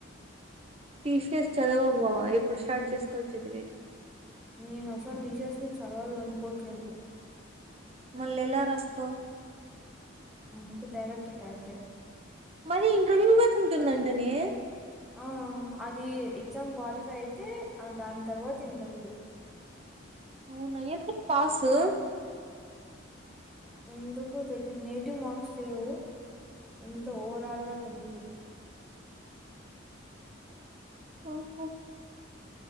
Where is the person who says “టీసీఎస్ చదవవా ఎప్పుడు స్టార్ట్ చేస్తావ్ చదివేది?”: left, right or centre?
Right